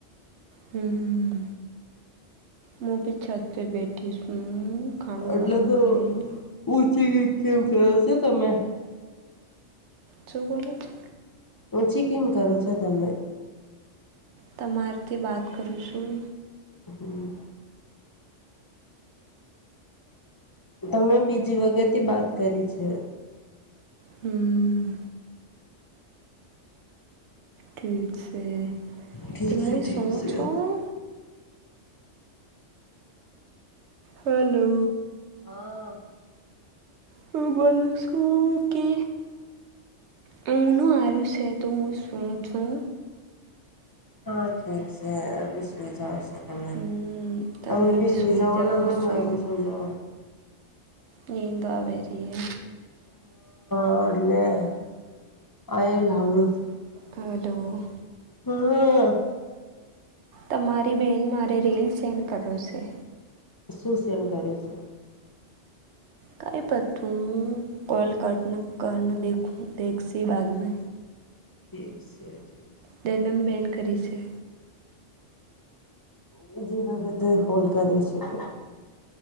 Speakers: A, on the right; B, on the left.
A: હમ્મ, મુું ભી છત પે બેઠી છું. ખાણું
B: એટલે
A: બાણું
B: તો
A: ખાઈ
B: ઓછી નીંદ કેમ કર છે, તમે?
A: શું બોલો છો?
B: ઓછી કેમ કરો છો, તમે?
A: તમારથી બાત કરું છું.
B: હમ્મ. તમે બીજી વગતથી વાત કરી છે.
A: હમ્મ. ઠીક છે,
B: ઠીક
A: હું
B: છે ઠીક
A: એ શું
B: છે
A: છું. હલો.
B: હા.
A: હું બોલું છું કે હનું આ છે, તો મું સૂવું છું.
B: હા ઠીક છે, હું ભી સુઇ જવું છું. તમે
A: હમ
B: તમે બી સુઈ
A: સૂઈ
B: જઓ
A: જાઓ
B: ને મેમે
A: છો
B: મ એ બી સુઈ જઓ.
A: નીંદ આવેરીહે
B: <unintelligible>
A: હલો.
B: હા
A: તમારી બેહેન મારે રીલ સેન્ડ કરો છે.
B: સુ સેન્ડ કરે છે?
A: કઈ પ તું કોલ કટ ન કર, દેખું દેખશ બાદ મે
B: ઠીક છે, ઠીક છે
A: તેનમ બેન કરી છે.
B: બીજી વખતે કોલ કર્યું છે કે?